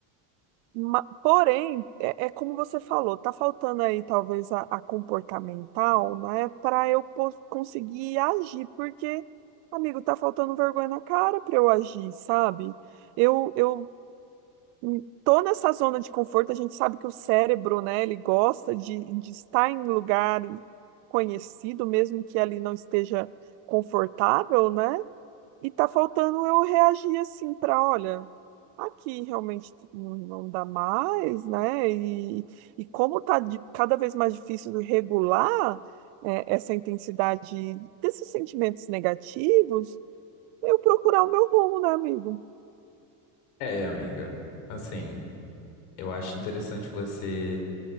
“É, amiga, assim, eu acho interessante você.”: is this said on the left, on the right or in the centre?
Left